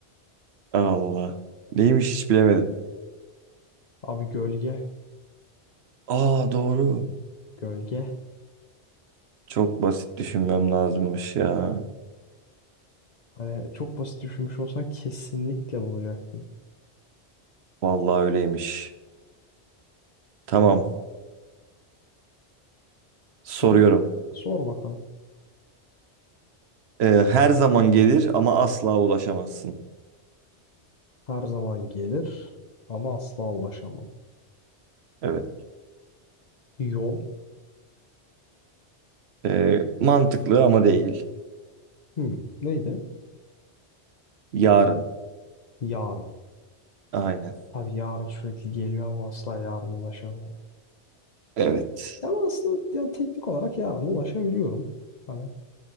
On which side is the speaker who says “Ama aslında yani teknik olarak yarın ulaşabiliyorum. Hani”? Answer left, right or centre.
Left